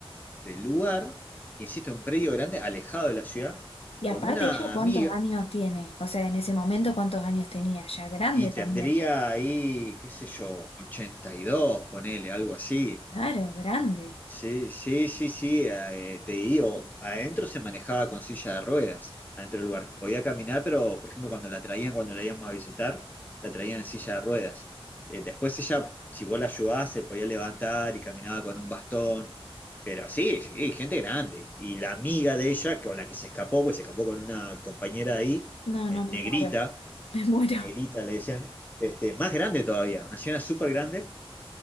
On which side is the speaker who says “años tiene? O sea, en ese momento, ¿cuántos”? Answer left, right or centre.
Left